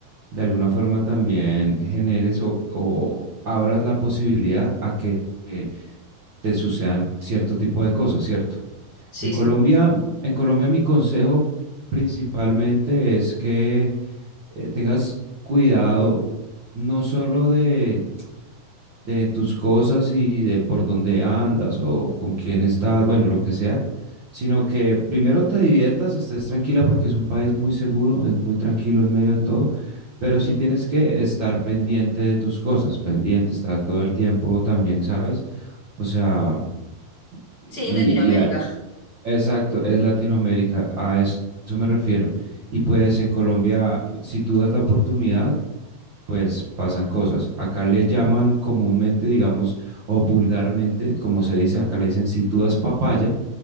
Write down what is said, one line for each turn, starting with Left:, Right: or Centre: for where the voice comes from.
Right: de alguna forma también generes o, o abras la posibilidad a que eh, te sucedan cierto tipo de cosas, ¿cierto?
Left: Sí,
Right: En Colombia,
Left: sí.
Right: en Colombia mi consejo principalmente es que eh, tengas cuidado no solo de, de tus cosas y de por dónde andas o con quién estás, bueno, lo que sea, sino que primero te diviertas, estés tranquila porque es un país muy seguro, es muy tranquilo en medio de todo, pero
Left: bien,
Right: sí tienes que estar pendiente de tus cosas, pendiente, estar todo el tiempo también, ¿sabes? O sea, y,
Left: Sí, es Latinoamérica.
Right: y a- exacto, es Latinoamérica, a eso me refiero. Y pues en Colombia, si tú das la oportunidad, pues pasan cosas. Acá le llaman comúnmente, digamos, o vulgarmente, como se dice, acá le dicen si tú das papaya,